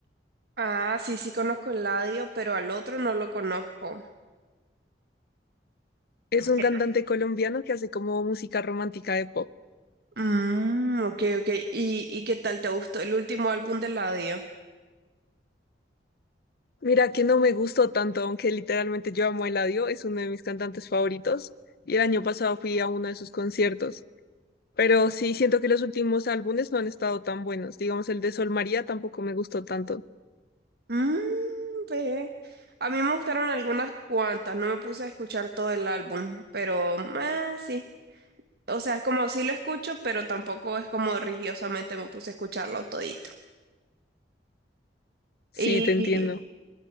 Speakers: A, on the right (about 60°); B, on the left (about 55°).
A: Ah, sí, sí conozco el ladio, pero al otro no lo conozco.
B: Es un
A: ¿Qué?
B: cantante colombiano que hace como música romántica de pop.
A: Mm, ok, ok. ¿Y, y qué tal te gustó el último álbum del ladio?
B: Mira que no me gustó tanto, aunque literalmente yo amo a Eladio, es uno de mis cantantes favoritos y el año pasado fui a uno de sus conciertos. Pero sí siento que los últimos álbumes no han estado tan buenos. Digamos, el de Sol María tampoco me gustó tanto.
A: Mmm, ve. A mí me gustaron algunas cuantas, no me puse a escuchar todo el álbum, pero eh, sí. O sea, es como sí lo escucho, pero tampoco es como religiosamente me puse a escucharlo todito.
B: Sí,
A: Y
B: te entiendo.